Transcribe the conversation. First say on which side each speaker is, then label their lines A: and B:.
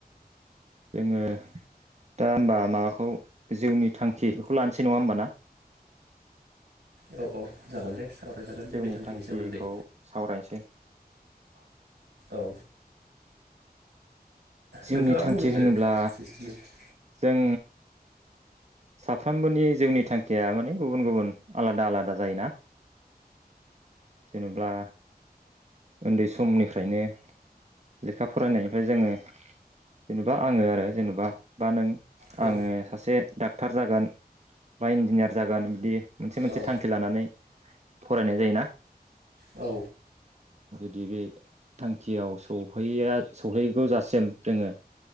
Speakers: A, on the right; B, on the right.
A: जोङो दा होनबा माबाखौ जिउनि थांखि बेखौ लानोसै नङा होमबा ना?
B: औ औ जागोन दे। सावरायजागोन
A: जिउनि
B: थांखिनि
A: थांखिखौ
B: सोमोन्दै
A: सावरायसै
B: औ
A: जिउनि
B: नोंथाङा
A: थांखि
B: बुंग्रोदो
A: होनोब्ला
B: उम
A: जों साफ्रोमबोनि जिउनि थांखिया माने गुबुन गुबुन आलादा आलादा जायोना जेनेब्ला उन्दै समनिफ्रायनो लेखा फरायनायनिफ्राय जोङो जेनेबा आङो आरो जेनेबा बा नों
B: औ
A: आङो सासे डाक जागोन बा इन्जिनियार जागोन बिदि मोनसे मोनसे
B: औ
A: थांखि लानानै फरायनाय जायोना।
B: औ
A: दि बे थांखियाव सहैया सौहैगौ जासिम जोङो